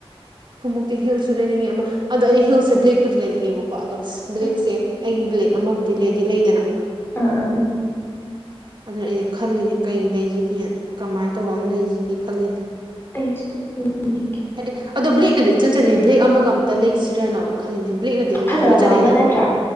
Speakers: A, on the right (about 50°); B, on the left (about 20°).
A: ꯈꯣꯡꯃꯨꯛꯇꯤ ꯍꯤꯜꯁꯨ ꯂꯩꯅꯤꯡꯏ ꯑꯃ ꯑꯗꯣ ꯑꯩ ꯍꯤꯜꯁꯦ ꯕ꯭ꯂꯦꯛꯄꯨꯗꯤ ꯂꯩꯅꯤꯡꯉꯦꯕꯀꯣ ꯑꯗꯣ ꯕ꯭ꯂꯦꯛꯁꯦ
B: ꯑꯥ
A: ꯑꯩꯒꯤ ꯕ꯭ꯂꯦꯛ ꯑꯃꯕꯨꯗꯤ ꯂꯩꯗꯤ ꯂꯩꯗꯅ
B: ꯎꯝ ꯎꯝ ꯎꯝ
A: ꯑꯗꯨꯅ ꯑꯩꯗꯤ ꯈꯜꯂꯤꯅꯤ ꯀꯩ ꯂꯩꯖꯤꯒꯦ ꯀꯃꯥꯏꯅ ꯇꯧꯕ ꯑꯃ ꯂꯩꯖꯤꯒꯦ ꯈꯜꯂꯤꯅꯤ
B: ꯑꯩꯁꯨ ꯂꯩꯅꯤꯡꯉꯦ
A: ꯍꯥꯏꯗꯤ ꯑꯗꯣ ꯕ꯭ꯂꯦꯛꯅꯗꯤ ꯏꯆꯟ ꯆꯟꯅꯩ ꯕ꯭ꯂꯦꯛ ꯑꯃꯒ ꯑꯝꯇ ꯂꯩꯁꯤꯔꯥꯅ ꯑꯃꯨꯛ ꯈꯜꯂꯤꯅꯦ ꯕ꯭ꯂꯦꯛꯅꯗꯤ ꯑꯗꯨꯝ
B: ꯐꯖꯕ
A: ꯂꯣꯏ ꯆꯟꯅꯩꯗꯅꯀꯣ
B: ꯑꯃ ꯅꯠꯇ꯭ꯔꯥ